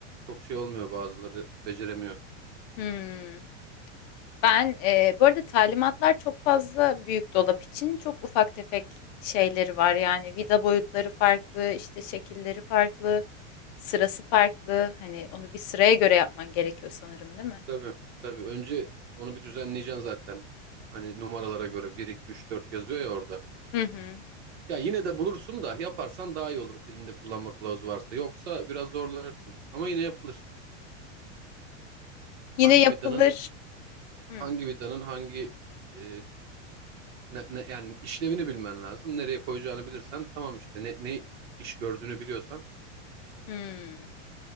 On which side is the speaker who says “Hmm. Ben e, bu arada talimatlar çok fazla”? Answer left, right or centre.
Left